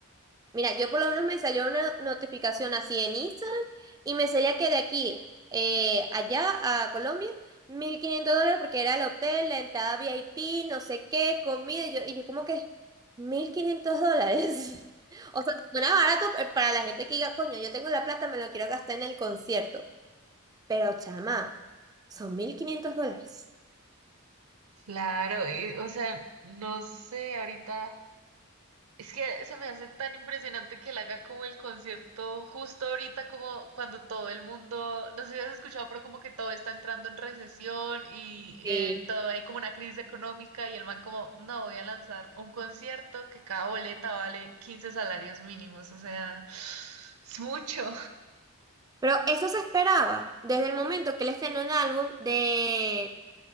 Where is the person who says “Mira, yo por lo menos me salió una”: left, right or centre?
Right